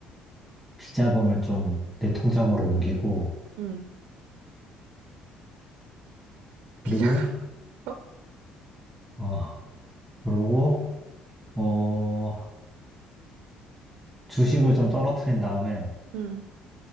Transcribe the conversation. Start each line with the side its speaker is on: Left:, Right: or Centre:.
Centre: 비자금을 좀 내 통장으로 옮기고,
Right: 응. 비자금?
Centre: 그리고,
Right: <laughs>
Centre: 어, 그러고, 어, 주식을 좀 떨어뜨린 다음에,
Right: 응,